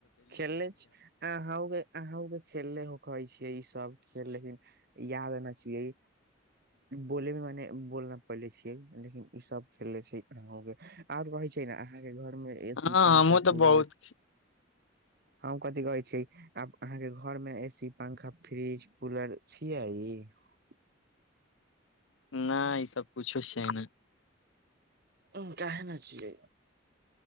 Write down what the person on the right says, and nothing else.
खेलने आ ह ग अहू के खेलले हो कहै छियै ई सब खेल लेकिन याद ने छियै बोले मे मने बोलना पले छियै लेकिन ई सब खेले छै अहो के आर हो छै ने अहाँके घर मे ए
सी पंखा
कूलर
हम कथि कहै छीयै आब अहाँके घर मे ए सी पंखा फ्रिज कूलर छियै ई <unintelligible>
उ काहना छियै